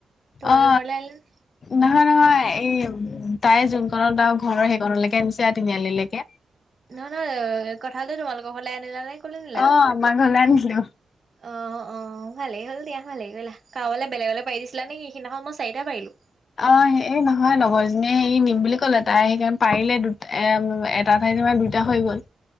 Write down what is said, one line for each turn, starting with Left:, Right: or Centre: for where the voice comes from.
Right: তোমালোকৰ
Left: অ
Right: ঘৰলে আনিলানে?
Left: নহয় - নহয়। এই তাই যোনখনত আও ঘৰৰ সেইকণলৈকে আনিছে, তিনিআলি লেকে।
Right: নহয় - নহয়, কঠালটো তোমালোকৰ ঘৰলে আনিলা নে কলৈ নিলে?
Left: অ আমাৰ ঘৰলে আনিলো
Right: অ' - অ', ভালেই হ'ল দিয়া। ভালেই কৰিলা। কাৰোবালে বেলেগলৈ পাৰি দিছিলা নেকি? সিদিনাখন মই চাৰিটা পাৰিলোঁ।
Left: অ', সেই নহয়। লগৰ এজনীয়ে হেৰি নিম বুলি ক'লে। তাই সেইকাৰণ পাৰিলে দুটা এ- এটা ঠাইত <unintelligible> দুটা হৈ গ'ল।